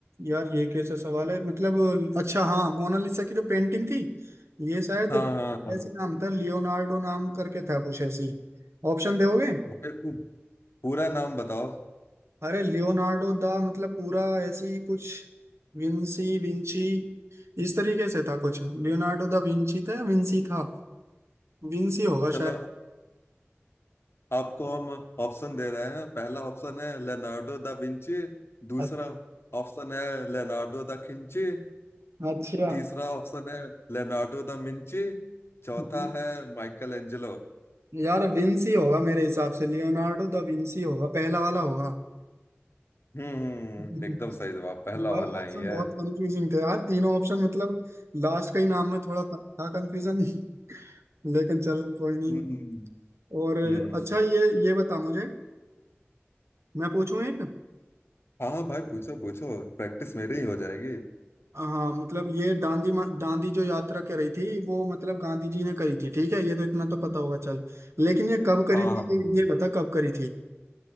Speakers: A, on the right (about 75°); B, on the left (about 60°).
A: यार ये कैसा सवाल है मतलब अच्छा हाँ मोनालिसा की जो पेंटिंग थी ये शायद
B: हाँ हाँ हाँ।
A: ऐसी नाम था लियोनार्डो नाम करके था कुछ ऐसी ऑप्शन दोगे
B: मेरे को पूरा नाम बताओ
A: अरे लियोनार्डो दा मतलब पूरा ऐसी कुछ विंसी विंची इस तरीके से था कुछ लियोनार्डो दा विंची था या विंसी था विंसी होगा
B: चलो
A: शायद
B: आपको हम ऑप्शन दे रहे हैं पहला ऑप्शन है लेनार्डो दा विंची दूसरा
A: अच्छा
B: ऑप्शन है लेनार्डो दा खिंची
A: अच्छा।
B: तीसरा ऑप्शन है लेनार्डो दा मिंची चौथा
A: <laughs>
B: है माइकल एंजेलो
A: यार विंसी होगा मेरे हिसाब से लियोनार्डो दा विंसी होगा पहला वाला होगा
B: हम्म हम्म,
A: <laughs>
B: एकदम सही जवाब पहला
A: भाई
B: वाला
A: ऑप्शन
B: ही है
A: बहुत कंफ्यूजिंग थे यार तीनों ऑप्शन मतलब लास्ट का ही नाम में थोड़ा फर्क था कंफ्यूजन <laughs> लेकिन चल कोई नहीं
B: हम्म
A: और
B: हम्म
A: अच्छा ये ये बता मुझे मैं पूछूं एक
B: हाँ भाई पूछो पूछो प्रैक्टिस मेरी ही हो जाएगी
A: हाँ मतलब ये दांडी मा- दांडी जो यात्रा कर रही थी वो मतलब गांधी जी ने करी थी ठीक है ये तो इतना तो पता होगा चल लेकिन ये कब करी
B: हाँ
A: थी
B: हाँ
A: ये, ये बता कब करी थी